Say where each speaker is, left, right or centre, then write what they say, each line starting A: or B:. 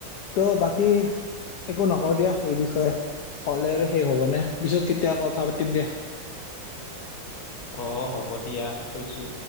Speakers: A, on the left; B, on the left.
A: ত' বাকী একো নকওঁ দিয়া এইে বিষয়ে ক'লে আৰু শেষ হ'বনে পিছত কেতিয়া কথা পাতিম দিয়া।
B: আহ হ'ব দিয়া থৈছো।